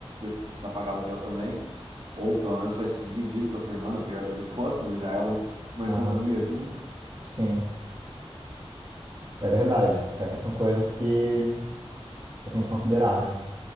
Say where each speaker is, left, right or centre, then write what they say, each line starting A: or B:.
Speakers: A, on the right; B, on the right.
A: precisar pagar aluguel também, ou pelo menos vai ser dividido com a tua irmã, na pior das <laughs> hipóteses, já é uma, uma economia
B: Aham,
A: junto.
B: Sim. É verdade. Essas são coisas que que eu tenho que considerar, né?